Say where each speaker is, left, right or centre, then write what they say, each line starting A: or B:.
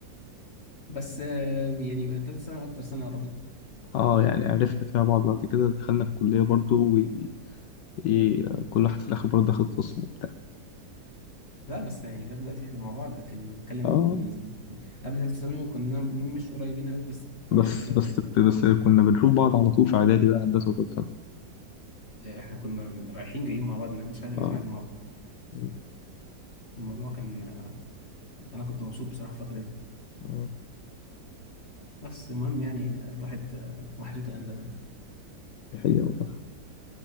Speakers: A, on the left; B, on the left.
A: بس آه، يعني بقى تالت ثانوي أكتر سنة قربتنا
B: اه يعني عرفنا فيها بعض بعد كده دخلنا الكلية برضو و إيه، كل واحد في الاخر برضو دخل قسم وبتاع
A: لا بس يعني لغاية دلوقتي احنا مع بعض لكن نتكلم
B: اه
A: من- قبل تالت ثانوي كنا مش قريبين قوي بس
B: بس
A: بعد كده
B: بس
A: بقى
B: بس كنا بنشوف بعض على طول في اعدادي بقى هندسة وتالتة ثانوي
A: آه، احنا كنا رايحين جايين مع بعض ما بنعملش حاجة إن
B: اه
A: احنا قاعدين مع بعض
B: مم.
A: الموضوع كان آه، أنا كنت مبسوط بصراحة الفترة دي
B: اه
A: بس المهم يعني آه، الواحد آه، وحشته أيام زمان
B: دي حقيقة والله